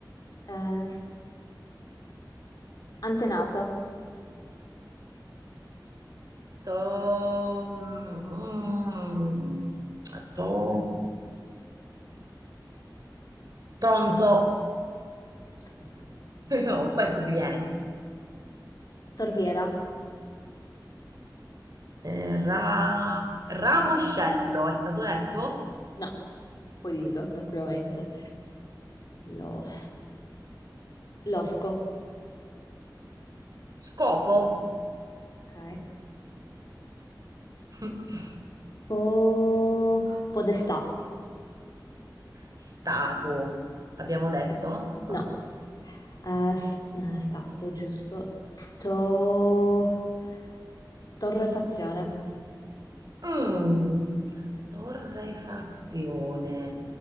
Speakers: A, on the left (about 55°); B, on the right (about 50°).
A: Eh, antenato.
B: To... mm, to- Tonto. <laughs>
A: Tutto.
B: Oh, questo mi viene.
A: Torbiera?
B: Eh, ra- Ramoscello, è stato detto?
A: No, puoi dirlo tranquillamente. Lo- Losco,
B: Scopo.
A: ok.
B: <laughs>
A: Po- Podestà.
B: Stato. Abbiamo detto?
A: Ok.
B: No.
A: No, Eh, s- eh, stato giusto. To- Torrefazione.
B: Mm, torrefazione.